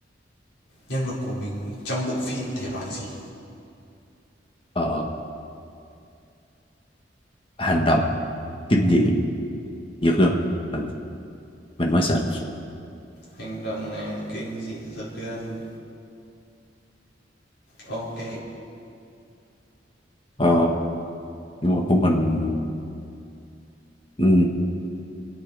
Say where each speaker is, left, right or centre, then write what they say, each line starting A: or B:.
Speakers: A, on the left; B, on the left.
A: nhân vật của mình trong bộ phim thể loại gì?
B: Ờ, hành động kinh dị giật gân mình, mình mới sợ
A: Hành động này, kinh dị, giật gân. Ok.
B: Ờ, nhưng mà của mình ừ,